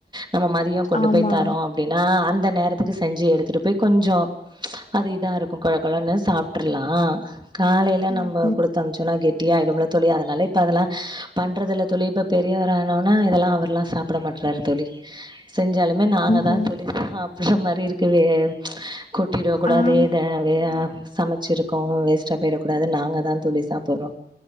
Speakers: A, on the right (about 25°); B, on the left (about 45°).
A: நம்ம மதியோ கொண்டு
B: ஆமா
A: போய் தரோ அப்பிடின்னா அந்த நேரத்துக்கு செஞ்சி எடுத்துட்டு போய் கொஞ்சோ அது இதா இருக்கு கொழ கொழன்னு சாப்ட்ரலா காலையிலா
B: ஆம்
A: நம்ம குடுத்த அம்ச்சோனா கெட்டியா ஆயிடும்மில்ல தோழி அதனால இப்ப அதெல்லா பண்றதுல்ல தோழி இப்ப பெரியவரா ஆனவனா இதெல்லா அவரல்லா சாப் ப்பட மாட்டராரு தோழி செஞ்சாலுமே நாங்கதா
B: ம்
A: தோழி சாப்பற மாரி இருக்கு வே கொட்டிட கூடாதே
B: ஆம்
A: த வே சமைச்சிருக்கோங்க வேஸ்ட்டா போயிடக் கூடாது நாங்கதா தோழி சாப்பறோ